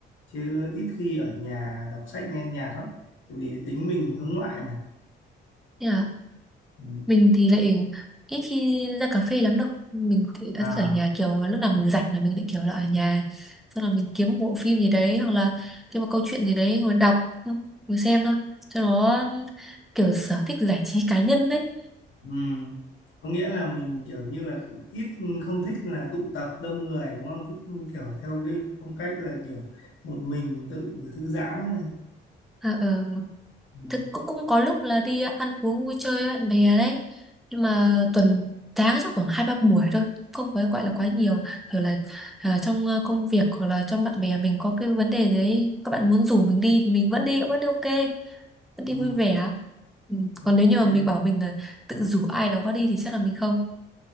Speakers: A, on the left (about 75°); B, in the centre.
A: chứ ít khi ở nhà đọc sách nghe nhạc lắm tại vì tính mình hướng ngoại mà
B: Thế à,
A: Ừ.
B: mình thì lại ít khi ra cà phê lắm đâu. Mình thì đã
A: à
B: thích ở nhà kiểu lúc nào mình rảnh là mình lại kiểu là ở nhà. Xong là mình kiếm bộ phim gì đấy hoặc là kiếm một câu chuyện gì đấy ngồi đọc, ngồi xem thôi. Cho nó kiểu sở thích giải trí cá nhân đấy.
A: ừm. có nghĩa là mình kiểu như là ít không thích là tụ tập đông người đúng không thích kiểu theo cái phong cách là kiểu một mình tự thư giãn này.
B: Ờ, ờ.
A: Ừ.
B: thực cũng cũng có lúc là đi ăn uống vui chơi với bạn bè đấy nhưng mà
A: Ừ.
B: tuần tháng chắc khoảng hai ba buổi thôi không phải gọi là quá nhiều kiểu là à, trong ờ, công việc hoặc là trong bạn bè mình có cái vấn đề gì đấy các bạn muốn rủ mình đi thì mình vẫn đi vẫn đi ok vẫn đi
A: Ừ,
B: vui vẻ ừ. còn nếu
A: Ok
B: như mà mình bảo mình là tự rủ ai đó đi thì chắc là mình không